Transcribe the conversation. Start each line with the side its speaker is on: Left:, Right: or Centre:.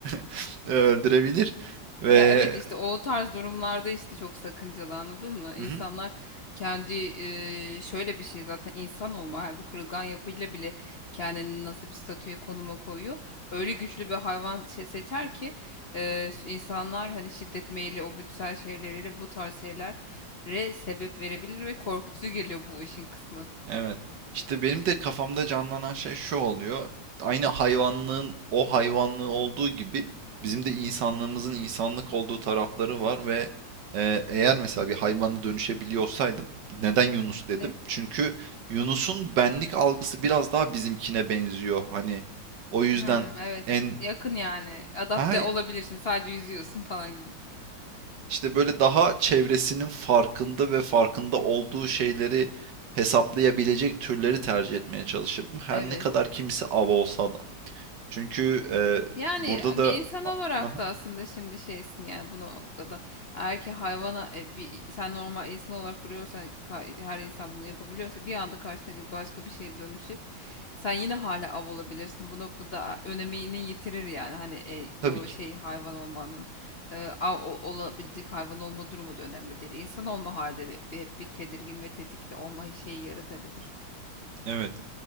Right: <laughs> öldürebilir ve
Left: Ya evet işte o tarz durumlarda işte çok sakıncalı anladın mı? İnsanlar
Right: Hı hı.
Left: kendi eee, şöyle bir şey zaten insan olma yani bu kırılgan yapıyla bile kendini nasıl bir statüye konuma koyuyor. Öyle güçlü bir hayvan şey seçer ki eee, insanlar hani şiddet meyili o güdüsel şeyleriyle bu tarz şeylere sebep verebilir ve korkutucu geliyor bu işin kısmı.
Right: Evet. İşte benim de kafamda canlanan şey şu oluyor. Aynı hayvanlığın o hayvanlığı olduğu gibi bizim de insanlığımızın insanlık olduğu tarafları var ve e, eğer mesela bir hayvana dönüşebiliyor olsaydım neden Yunus dedim?
Left: Evet.
Right: Çünkü Yunus'un benlik algısı biraz daha bizimkine benziyor. Hani o yüzden
Left: Hmm, evet
Right: en
Left: yakın yani adapte
Right: ha
Left: olabilirsin sadece yüzüyorsun falan gibi.
Right: İşte böyle daha çevresinin farkında ve farkında olduğu şeyleri hesaplayabilecek türleri tercih etmeye çalışırdım. Her
Left: Evet.
Right: ne kadar kimisi av olsa da. Çünkü e,
Left: Yani
Right: burada
Left: e,
Right: da
Left: bir insan olarak
Right: aha,
Left: da aslında şimdi şeysin ya bu noktada. Eğer ki hayvana e, bir sen normal insan olarak duruyorsan ka- her insan bunu yapabiliyorsa bir anda karşındaki başka bir şeye dönüşüp sen yine hala av olabilirsin. Bu noktada e, önemini yitirir yani hani e,
Right: tabii
Left: o
Right: ki.
Left: şey hayvan olmanın e, av ol- olabilecek hayvan olma durumu da önemli değil. İnsan olma halde bir- bir- hep bir tedirgin ve tetikte olma şeyi yaratabilir.
Right: Evet.